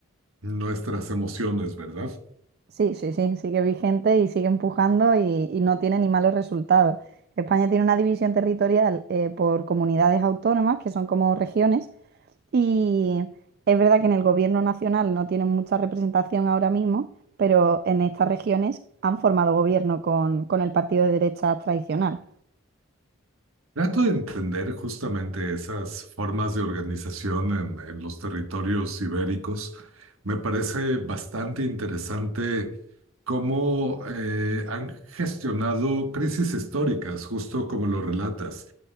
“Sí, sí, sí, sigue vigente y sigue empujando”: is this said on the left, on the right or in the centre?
Right